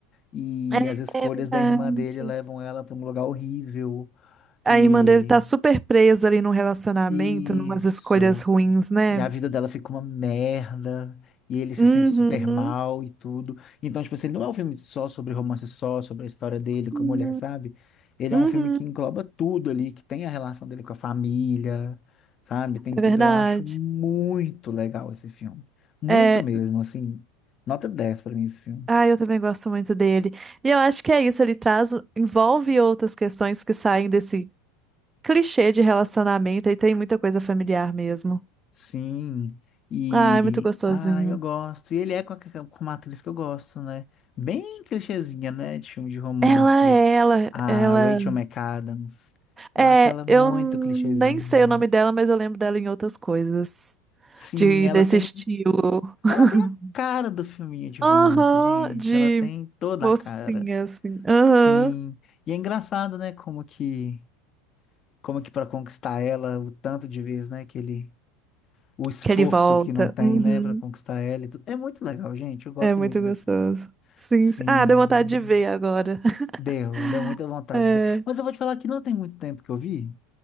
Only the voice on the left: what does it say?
E
as escolhas
da irmã dele levam ela para um lugar horrível.
E
isso.
E a vida dela fica uma merda. E ele se
sente super mal e tudo. Então, tipo assim, não é um filme só sobre romance, só sobre a história dele com
a mulher, sabe? Ele
é um filme que engloba tudo ali, que tem a relação dele com a família, sabe? Tem tudo.
Eu acho muito legal esse filme. Muito
mesmo, assim. Nota 10 pra mim esse filme.
Sim, e
ah, eu gosto. E ele é com, a, com uma atriz que eu gosto, né? Bem clichêzinha, né? De filme de romance.
A
Rachel McAdams. Eu
acho ela muito
clichêzinho.
Sim,
ela
tem,
ela tem a cara do filminho de
romance, gente.
Ela tem toda
a cara.
Sim. E é engraçado, né? Como que, como que para conquistar ela, o tanto de vezes, né? Que ele o esforço
que não tem,
né, para conquistar ela e tudo. É muito legal, gente. Eu gosto
muito
desse filme.
Sim,
deu, deu muita vontade
de ver. Mas eu vou te falar que não tem muito tempo que eu vi.